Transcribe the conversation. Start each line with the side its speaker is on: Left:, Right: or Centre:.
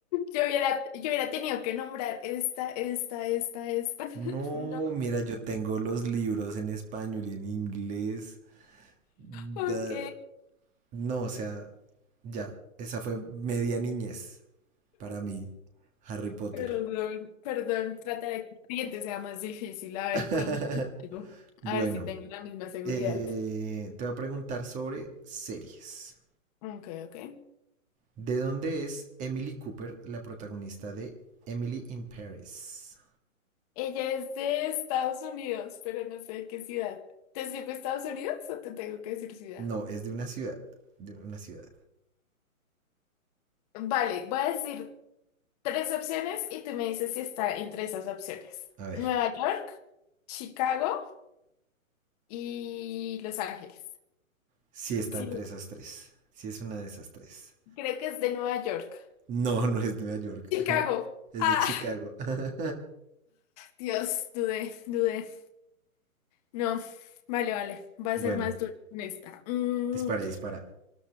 Left: Yo hubiera, yo hubiera tenido que nombrar esta, esta, esta, esta. <laughs>
Right: No,
Left: No,
Right: mira, yo tengo los libros en español y en inglés. Da-
Left: Ok,
Right: no, o sea, ya, esa fue media niñez para mí, Harry Potter.
Left: perdón, perdón, trataré que el siguiente sea más difícil. A ver,
Right: <laughs>
Left: pregúntame algo,
Right: Bueno,
Left: a ver si tengo la misma seguridad.
Right: eh, te voy a preguntar sobre series.
Left: Ok, ok.
Right: ¿De dónde es Emily Cooper, la protagonista de Emily in Paris?
Left: Ella es de Estados Unidos, pero no sé de qué ciudad. ¿Te sirve Estados Unidos o te tengo que decir ciudad?
Right: No, es de una ciudad. De una ciudad.
Left: Vale, voy a decir tres opciones y tú me dices si está entre esas opciones.
Right: A ver,
Left: Nueva York, Chicago y Los Ángeles.
Right: si sí está
Left: Sí,
Right: entre esas tres. Si sí es una de esas tres.
Left: creo que es de Nueva York.
Right: No, <laughs> no es de Nueva York.
Left: Chicago.
Right: Es
Left: Ah,
Right: de Chicago. <laughs>
Left: Dios, dudé, dudé. No, vale, vale, va a
Right: Bueno,
Left: ser más duro con esta. Mm,
Right: dispara, dispara.